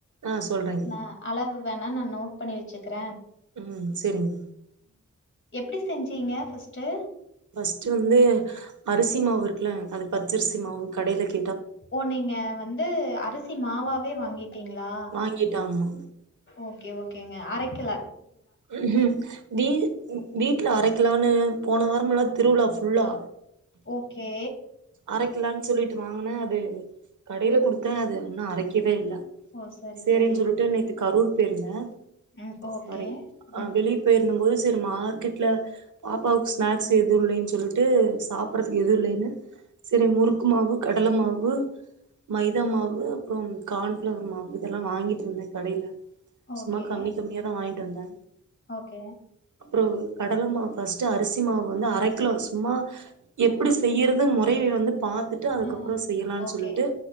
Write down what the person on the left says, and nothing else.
நா அளவு வேண் ணா நா நோட் பண்ணி வெச்சுக்ற
எப்டி செஞ்சீங்க ஃபஸ்ட்டு
ஓ நீங்க வந்து அரிசி மாவாவே வாங்கீட்டீங்ளா
ஓகே ஓகேங்க அர கில
ஓகே
ஓ சரி
சரி.
ம் ஓகே.
ம்
ஓகே
ஓகே.
ஆ
ஆ.
ஓகே,